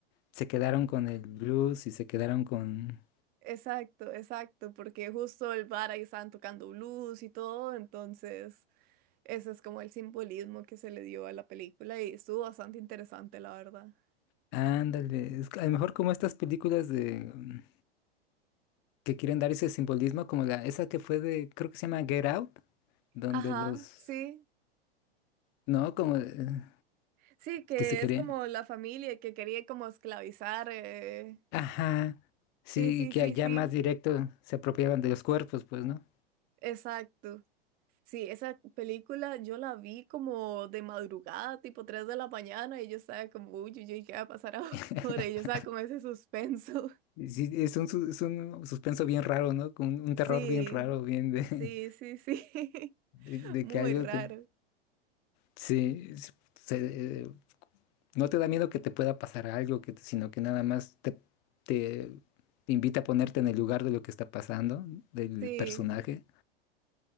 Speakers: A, on the left; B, on the right.
A: se quedaron con el blues y se quedaron con.
B: Exacto, exacto, porque justo el bar ahí estaban tocando blues y todo, entonces ese es como el simbolismo que se le dio a la película y estuvo bastante interesante, la verdad.
A: Ándale. es que a lo mejor como estas películas de mm, que quieren dar ese simbolismo, como la, esa que fue de, creo que se llama Get Out, donde
B: Ajá,
A: los.
B: sí,
A: No, como eh,
B: sí, que
A: que se querían.
B: es como la familia que quería como esclavizar. eh,
A: Ajá, sí,
B: Sí, sí,
A: y que
B: sí,
A: allá
B: sí,
A: más directo se apropiaban de los cuerpos, pues, ¿no?
B: exacto. Sí, esa película yo la vi como de madrugada, tipo 3 de la mañana, y yo estaba como, uy, uy, uy, ¿qué va a pasar ahora?
A: <laughs>
B: <laughs> Y yo estaba con ese suspenso.
A: Y Sí, es un, su- es un suspenso bien raro, ¿no? Con
B: <laughs>
A: un
B: Sí.
A: terror bien raro, bien de,
B: Sí, sí, sí.
A: <laughs> de,
B: <laughs>
A: de
B: Muy
A: que algo
B: raro.
A: te... Sí, es- se- eh, no te da miedo que te pueda pasar algo, que, te- sino que nada más te, te invita a ponerte en el lugar de lo que está pasando, del
B: Sí,
A: personaje.